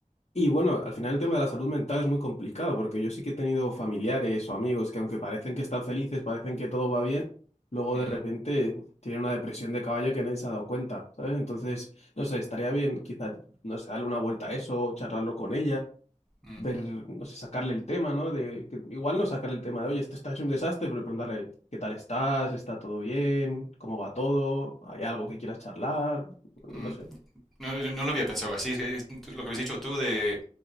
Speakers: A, on the left; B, in the centre.
A: Y bueno, al final el tema de la salud mental es muy complicado, porque yo sí que he tenido familiares o amigos que aunque parecen que están felices, parecen que todo va bien, luego
B: ujú,
A: de repente tienen una depresión de caballo que nadie se ha dado cuenta, ¿sabes? Entonces, no sé, estaría bien quizá, no sé, darle una vuelta a eso, charlarlo con ella,
B: mm,
A: ver, no sé, sacarle el tema, ¿no? De, que, igual no sacarle el tema de, oye, esto está hecho un desastre, pero preguntarle, ¿qué tal estás? ¿Está todo bien? ¿Cómo va todo? ¿Hay algo que quieras charlar?
B: mm.
A: No sé.
B: No, yo no lo había pensado así. es que es lo que habéis dicho tú de